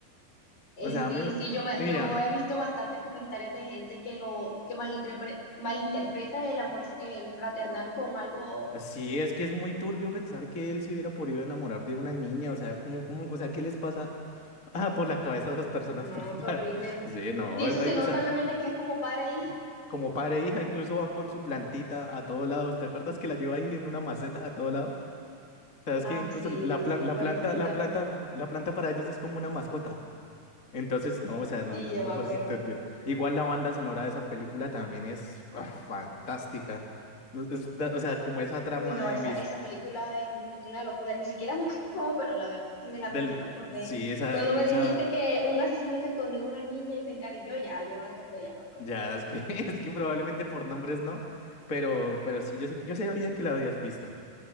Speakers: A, on the left (about 50°); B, on the left (about 30°).
A: Eh,
B: O sea,
A: sí,
B: a mí,
A: sí, yo me,
B: y
A: yo
B: ya,
A: he visto bastantes comentarios de gente que lo que malinterpre- malinterpreta el amor el fraternal con algo,
B: sí, es que es muy turbio pensar que él se hubiera podido enamorar de una niña. O sea, ¿cómo, cómo, o sea, ¿qué les pasa ah, por la cabeza a esas personas?
A: no,
B: <laughs> para- para-
A: qué horrible.
B: Sí, no,
A: Sí, eso
B: es- ay,
A: se nota
B: o sea.
A: obviamente que es como padre e hija.
B: Como padre e hija, incluso van con su plantita a todos lados. ¿Te acuerdas que la lleva ahí en una maceta a todos lados? Sabes
A: Ah,
B: que incluso
A: sí,
B: la,
A: sí,
B: plan- la
A: pobrecito.
B: planta, la planta, la planta para ellos es como una mascota. Entonces, no, o sea, no,
A: Sí,
B: no,
A: ya
B: no
A: me
B: me
A: acuerdo.
B: parece turbio. Igual la banda sonora de esa película también es ah, fantástica. No, es da- o sea, como esa trama
A: Uy, no,
B: de
A: esa,
B: mis,
A: esa película es un- una locura, ni siquiera me acordaba, pero la verdad sí me la
B: del,
A: vi, ya me acordé.
B: sí, esa,
A: Cuando
B: esa,
A: me dijiste que un asesino que escondió a una niña y se encariñó, ya, ya me acordé, ya me acordé.
B: ya es que, <laughs> es que probablemente por nombres no, pero, pero sí, yo sé, yo sabía que la habías visto.